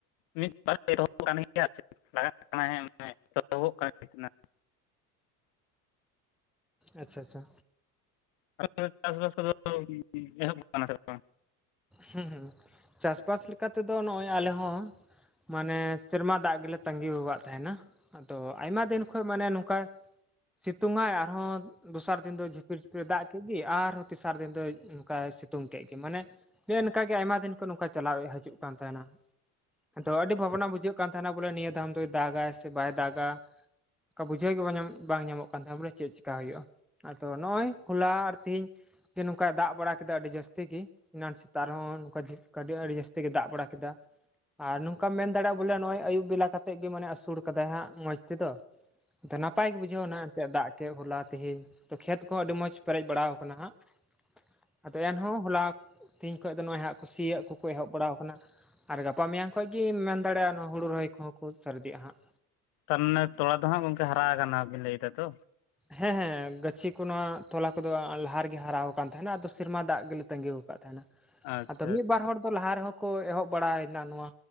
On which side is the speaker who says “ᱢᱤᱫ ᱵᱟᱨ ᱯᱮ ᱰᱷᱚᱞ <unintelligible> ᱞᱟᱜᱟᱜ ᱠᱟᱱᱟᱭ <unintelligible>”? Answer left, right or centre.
Left